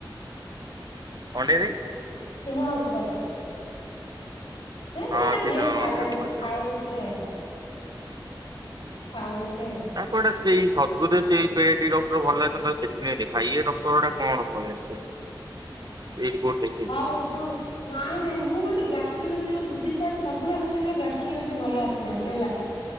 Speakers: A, on the right (about 55°); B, on the left (about 80°).
A: କଣ୍ଡେଇ ଦେଇ
B: ଚିନୁ ମାଉସି ଖାଉଚୁ। ସେ ତାର
A: ହଁ ତିନ
B: ଝିଅକୁ ଖାଇବା
A: ସରି
B: ପାଇଁ ଜାଉଛି
A: ଖାଉଛି
B: ଖାଉନି
A: ହଁ।
B: ସେ। ଖାଉନି ସେ।
A: ତାକୁଗୋଟେ ସେଇ <inaudible> ସେଇ ପେଡି ଆଟ୍ରିକ ଡ଼କ୍ଟର ଭଲ ଲାଗି ଥାନ୍ତା ସେ ଦେଖା ଇଏ ଡକ୍ଟର ଗୁଡା କଣ ଉପରେ ଜାଣିଚନ୍ତି ଏଇଠି କଉଠି ଦେଖ
B: <inaudible> ଏଯୋଉ ନାଇଁ ନାଇଁ ମୁଁ ଗୋଟେ ଗ୍ୟାଷ୍ଟ୍ରୋଲୋଜି ବୁଝୁଛିି ଆଡେ ସବୁବେଳେ ଆଶ୍ଚର୍ଯ୍ୟ ଗ୍ୟାଷ୍ଟ୍ରୋଲୋଜି ଭଲ ଆସୁନାହାନ୍ତି ହେଲା।